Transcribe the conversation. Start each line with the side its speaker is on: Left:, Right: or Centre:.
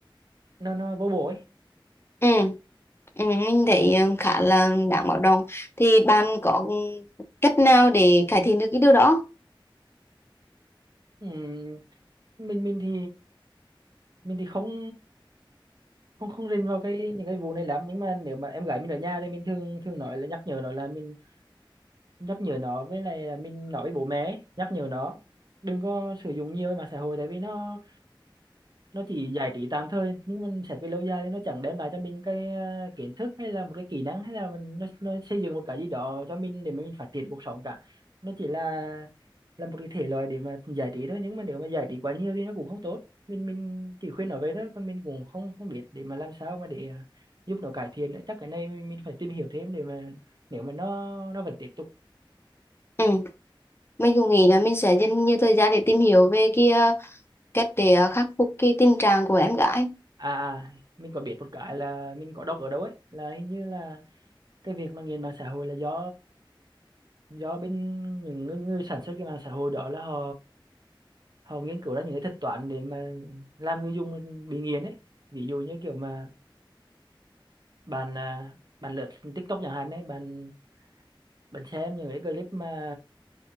Right: nó nó vô bổ ấy
Left: ừ ừ mình thấy ờ, khá là đáng báo động thì bạn có cách nào để cải thiện được cái điều đó
Right: Ừm, mình mình thì mình thì không không không rình vào cái những cái vụ này lắm nhưng mà nếu mà em gái mình ở nhà thì mình thường thường nói là nhắc nhở nó là mình nhắc nhở nó với lại mình nói với bố mẹ ấy, nhắc nhở nó đừng có sử dụng nhiều mạng xã hội tại vì nó nó chỉ giải trí tạm thời nhưng mình xét về lâu dài thì nó chẳng đem lại cho mình cái ờ, kiến thức hay là một cái kỹ năng hay là mình nó, nó xây dựng một cái gì đó cho mình để mà mình phát triển cuộc sống cả nó chỉ là là một cái thể loại để mà giải trí thôi nhưng mà nếu mà giải trí quá nhiều thì nó cũng không tốt mình mình chỉ khuyên nó vậy thôi còn mình cũng không không biết để mà làm sao mà để ờ, giúp nó cải thiện nữa chắc cái này mình, mình phải tìm hiểu thêm để mà nếu mà nó nó vẫn tiếp tục
Left: ừ mình cũng nghĩ là mình sẽ dành nhiều thời gian để tìm hiểu về cái ờ, cách để ờ, khắc phục cái tình trạng của em gái
Right: à à, mình có biết một cái là mình có đọc ở đâu ấy là hình như là cái việc mà nghiện mạng xã hội là do do bên những người, người sản xuất cái mạng xã hội đó là họ họ nghiên cứu ra những cái thuật toán để mà làm người dùng bị nghiện ấy ví dụ như kiểu mà bạn à, bạn lướt TikTok chẳng hạn ấy bạn bạn xem những cái clip mà